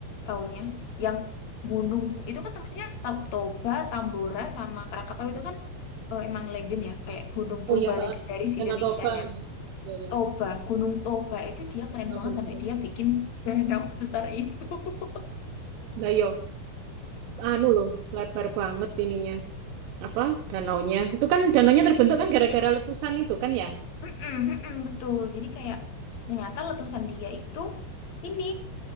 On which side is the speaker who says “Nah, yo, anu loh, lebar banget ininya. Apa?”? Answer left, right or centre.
Right